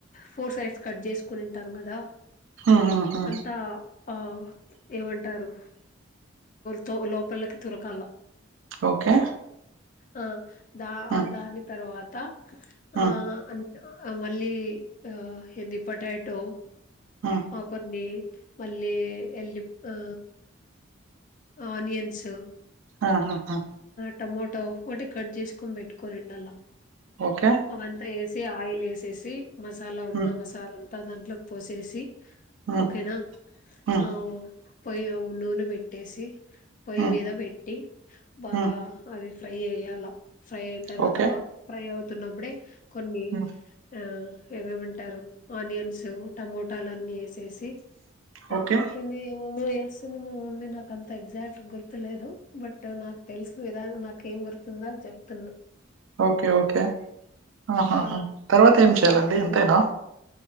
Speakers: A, on the left; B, on the right.
A: ఫోర్ సైడ్స్ట్ చేసు కునింటాం కదా
B: ఉమ్ ఉమ్ ఉమ్
A: అంతా ఆ ఏమంటారు త లోపలిలకి తురకాలా
B: ఓకే
A: ఆ దా ఆ
B: ఉమ్
A: దాని తర్వాత ఆ
B: ఉమ్
A: ఆ మళ్ళీ ఆ హింది పొటాటో
B: ఉమ్
A: ఆ కొన్ని మళ్ళీ ఎల్లి ఆ ఆనియన్స్
B: ఆహాహా
A: టమాటో ఒకటి కట్ చేసుకొని పెట్టుకోనిండల్ల
B: ఓకే
A: అవి అంతా ఏసేయ ఆయిల్ వేసేసి మసాలా ఉన్నా
B: ఉమ్
A: మసాలా త్తా దాంట్లోకి పోసేసి
B: ఉమ్
A: ఓకేనా
B: ఉమ్
A: ఆ పోయి నూనె పెట్టేసి పొయ్యి
B: ఉమ్
A: మీద పెట్టి బాగా
B: ఉమ్
A: అది ఫ్రై ఎయ్యాల ఫ్రై అయిన తర్వాత
B: ఓకే
A: ఫ్రై అవు తునబడే కొన్ని
B: ఉమ్
A: ఆ ఏవేమంటారు ఆనియన్స్ టమోటో ట్టాలన్నీ వేసేసి దాంట్లోకి
B: ఓకే
A: ఇంగా ఏవేవో స్తుంది మా మమ్మీ నాకు ఎగ్జాక్ట్ గుర్తులేదు బట్ నాకు తెలుసు విధానం నాకేం గుర్తుందో అది చెప్తున్నా
B: ఓకే ఓకే ఆహాహా
A: ఆ
B: తరువాత ఏం యాలండి అంతేనా